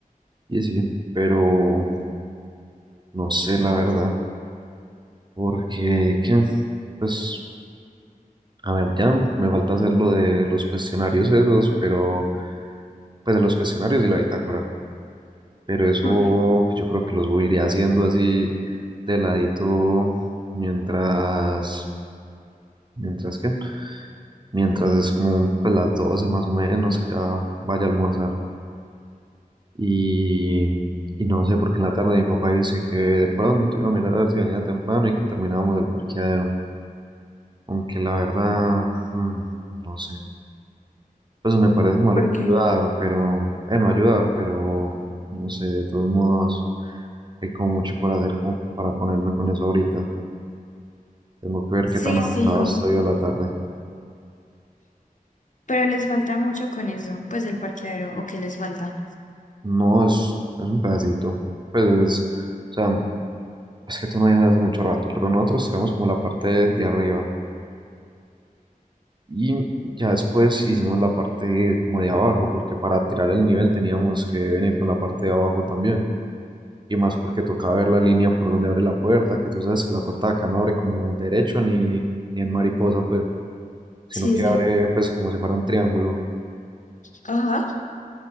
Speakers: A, on the right; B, on the left.
A: y sí, pero no sé la verdad, porque qué, pues a ver, ya me falta hacer lo de los cuestionarios esos, pero pues de los cuestionarios y la bitácora, pero eso
B: Sí.
A: pues, yo creo que los voy a ir haciendo así de ladito mientras, mientras que, mientras es como pues las 12 más o menos que ya vaya a almorzar. Y, y no sé, porque en la tarde mi papá dice que de pronto iba a mirar a ver si venía temprano y que terminábamos el parqueadero. Aunque la verdad, mm, no sé. Pues me parece maluco
B: porque
A: ayudar, pero, eh, no ayudar, pero no sé, de todos modos, hay como mucho por hacer como para ponerme con eso ahorita. Tengo que ver
B: Sí,
A: qué tan avanzado
B: sí,
A: estoy a la tarde.
B: pero les falta mucho con eso, pues el parqueadero, o que les falta.
A: No, es, es un pedacito. Pues, o sea, es que tú no vienes hace mucho rato, pero nosotros tiramos como la parte de arriba. Y ya después hicimos la parte de- como de abajo, porque para tirar el nivel teníamos que venir con la parte de abajo también. Y más porque tocaba ver la línea por donde abre la puerta, que tú sabes que la puerta de acá no abre como derecho ni, ni en mariposa, pues, sino
B: Sí,
A: que
B: sí,
A: abre pues como si fuera un triángulo.
B: Ajá.